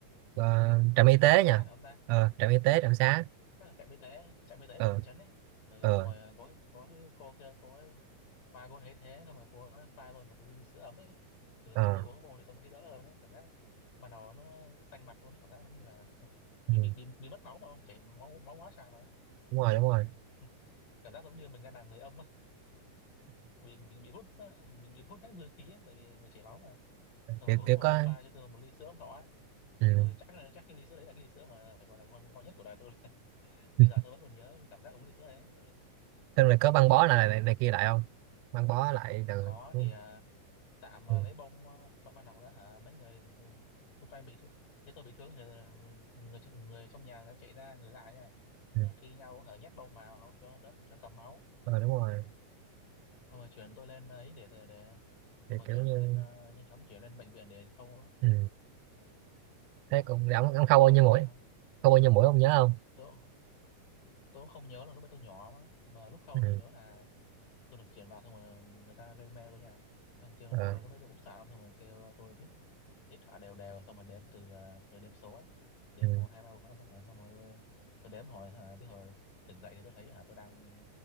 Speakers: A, on the right; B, on the left.
A: ờ, trạm y
B: ở
A: tế
B: trạm xá
A: nha
B: phải không ta
A: ờ, trạm y tế trạm xá
B: Ừ, chắc là trạm y tế trạm y tế
A: ờ,
B: của thị trấn ấy ừ,
A: ờ,
B: xong rồi ờ, có có cái cô kia cô ấy, qua cô thấy thế xong rồi cô ấy pha tôi một ly sữa ấm ấy ừ,
A: ờ,
B: xong tôi uống vô thì tôi mới thấy đỡ hơn ấy cảm giác mà đầu nó xanh mặt luôn ấy cảm giác giống như là <laughs>
A: ừ.
B: bị bị bị, bị mất máu mà không chảy máu máu quá trời mà
A: đúng rồi đúng rồi
B: ừ, cảm giác giống như mình đang là người âm á bị mình bị hút á, mình bị hút hết dương khí á, tại vì mình chảy máu mà xong
A: kiểu,
B: rồi uống
A: kiểu
B: vô
A: có
B: pha cho tôi một ly sữa ấm thọ á.
A: ừ.
B: ừ, chắc là chắc cái ly sữa đấy là cái ly sữa mà phải gọi là ngon, ngon nhất của đời tôi <laughs> bây
A: <laughs>
B: giờ tôi vẫn còn nhớ cái cảm giác uống ly sữa đấy ừ.
A: xong rồi có băng bó
B: sữa
A: này,
B: ống ấy
A: này này kia lại không băng bó lại từ,
B: có
A: ừ.
B: thì à, tạm
A: Ừ.
B: à, lấy bông à, ban ban đầu đó hả mấy người ừ, xung quanh bị thương thế tôi bị thương thì à, người trong- người trong nhà nó chạy ra người lại nha
A: Ừ.
B: Ờ, thi nhau hở nhét bông vào cho đỡ cho cầm máu
A: Ờ, đúng rồi
B: xong rồi chuyển tôi lên ờ, ấy để để, để
A: thì
B: xong rồi
A: kiểu
B: chuyển
A: như
B: lên ờ, nhanh chóng chuyển lên bệnh viện để khâu á
A: ừ.
B: Ừ.
A: thế cũng ông, ông
B: mà
A: khâu
B: khâu
A: bao nhiêu mũi
B: á hả
A: khâu bao nhiêu mũi ông nhớ không
B: tôi tôi cũng không nhớ là lúc ấy tôi nhỏ mà, mà lúc khâu
A: ừ.
B: tôi nhớ là tôi được chuyển vào xong rồi người ta gây mê tôi nha xong kêu
A: Ờ.
B: tôi lúc ấy tôi cũng sợ lắm, xong rồi kêu tôi hít thở đều đều xong rồi đếm từ à, từ đếm số ấy đếm
A: Ừ.
B: một hai ba bốn năm sáu bảy tám, xong rồi tôi tôi đếm hồi hả tới hồi tỉnh dậy thì tôi thấy hả tôi đang